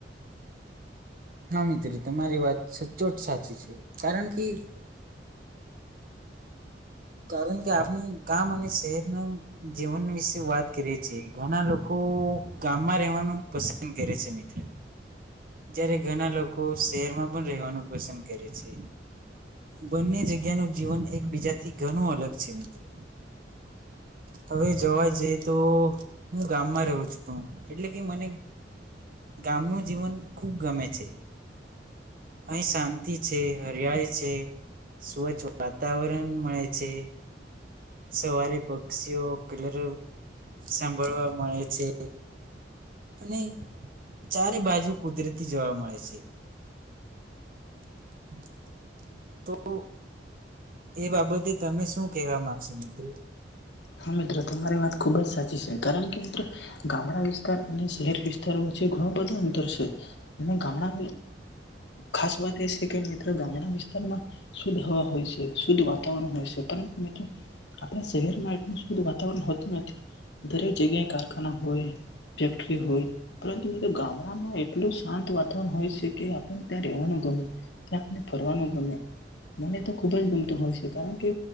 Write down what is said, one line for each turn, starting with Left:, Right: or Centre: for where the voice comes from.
Right: હા મિત્રો તમારી વાત સચોટ સાચી છે કારણ કે. કારણ કે આપણે ગામ અને શહેરના જીવન વિશે વાત કરીએ છીએ ઘણા લોકો ગામમાં રહેવાનું પસંદ કરે છે મિત્ર જય્યારે ઘણા લોકો શહેરમાં પણ રહેવાનું પસંદ કરે છે બંને જગ્યાનું જીવન એકબીજા. થી ઘણું અલગ છે મિત્રો. હવે જોવા જઈએ તો હું ગામમાં રહું છું એટલે કે મને ગામનું જીવન ખૂબ ગમે છે અહીં શાંતિ છે હરિયાળી છે સ્વચ્છ વાતાવરણ મળે છે. સવારે પક્ષીઓ કલર સાંભળવા મળે છે અને ચારે બાજુ કુદરતી જોવા મળે છે. <inaudible> તો. એ બાબતે તમે શું કહેવા માંગશો મિત્ર.
Left: હા મ્ર તમારી વાત ખુબ જ સાચી છે કારણ કે મિત્રો ગામડા વિસ્તાર અને શહેર વિસ્તારો વચ્ચે ઘણું બધું અંતર છે અને ગામડા ખાસ વાત એ છે કે મિત્ર ગામડા વિસ્તારમાં શુદ્ધ હવા હોય છે શુદ્ધ વાતાવરણ હોય છે પરંતુ મિત્રો આપણા શહેરમાં. વાતાવરણ હોતું નથી દરેક જગ્યાએ કારખાના હોય ફેક્ટરી હોય પરંતુ મ ગામડામાં એટલું શાંત વાતાવરણ હોય છે કે આપને ત્યાં રેવાનું ગમે ત્યાને ફરવાનું ગમે મને તો ખુબ જ ગમતું હોય છે કારણ કે